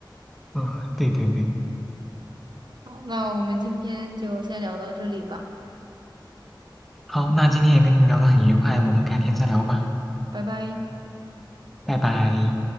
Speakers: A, in the centre; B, on the right (about 65°).
A: 嗯，对对对，
B: 好，那我们今天就先聊到这里吧，
A: 好，那今天也跟你们聊得很愉快，我们改天再聊吧，
B: 拜拜。
A: 拜拜。